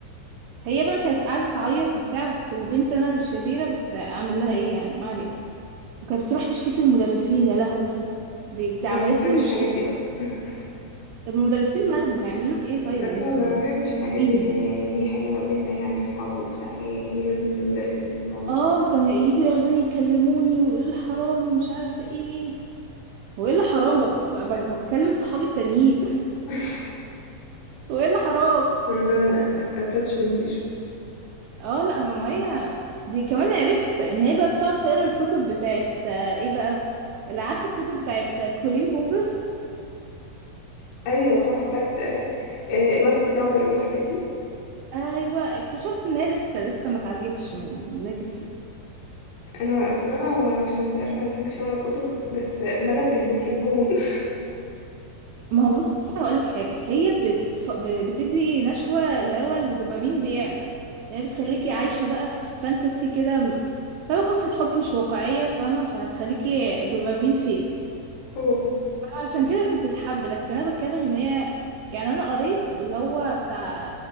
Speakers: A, on the right; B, on the left.
A: هي بقى كانت قعدت تعيط وبتاع بس وبنت انا اللي شريره بس اعمل لها ايه يعني ما علينا وكانت بتروح تشتكي للمدرسين يا لهوي دي, دي عملت
B: أنا مبحبش
A: لي مشكله
B: الحاجات دي بقى <laughs>
A: طب المدرسين مالهم هيعملوا لك ايه طيب
B: أيوة
A: يا بنتي
B: ما
A: ما
B: بحبش الحاجات
A: مين
B: دي, دي
A: يعني
B: يعني دي حاجة ما بيننا يعني صحاب وبتاع إيه إيه لازمة المدرسين في الموضوع
A: اه وكانوا يجوا ياخدوني يكلموني ويقولوا لي حرام ومش عارفه ايه وايه اللي حرام بب- بب- بكلم صحابي التانيين
B: <laughs>
A: <laughs> وايه اللي حرام
B: ده attachment issues
A: اه لا هو مية دي كمان عرفت ان هي بقى بتقعد تقرا الكتب بتاعت آه، ايه بقى اللي عارفه الكتب بتاعت آه، كولين هوفر
B: أيوة صح بتاعت آه، آه، last summer والحاجات دي
A: ايوه اكتشفت ان هي لسه لسه ما اتعالجتش من من اللي هي كانت فيه
B: أنا الصراحة عشان تعرف أنا مبحبش أقرا كتب بس ملك كانت بتحبهم <laughs>
A: ما هو بص هقولك حاجه هي بتف... ب- بتدي نشوه اللي هو الدوبامين بيعلى هي بتخليكي عايشه بقى في فانتسي كده هو قصه حب مش واقعيه فاهمه فهتخليكي دوبامين فيك
B: أوه.
A: عشان كده بتتحب لكن انا بتكلم ان هي يعني انا قريت اللي هو بتاع